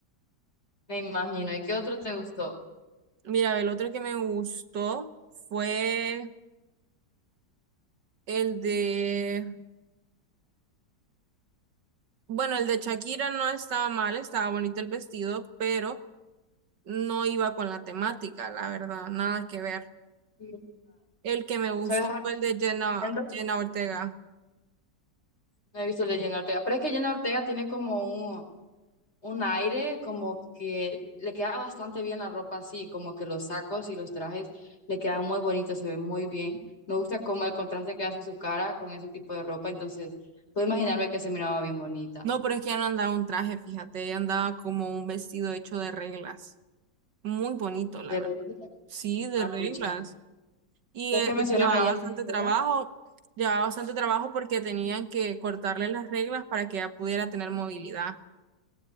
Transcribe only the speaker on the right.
Mira, el otro que me gustó fue el de, bueno, el de Shakira no estaba mal, estaba bonito el vestido, pero no iba con la temática, la verdad, nada que ver.
El que me gustó
fue el de Jenna,
Jenna Ortega.
No, pero es que ya no andaba un traje, fíjate, ella andaba como un vestido hecho de reglas. Muy bonito, la
verdad.
Sí, de
reglas.
Y
eh,
llevaba
bastante trabajo,
llevaba bastante trabajo porque tenían que cortarle las reglas para que ella pudiera tener movilidad.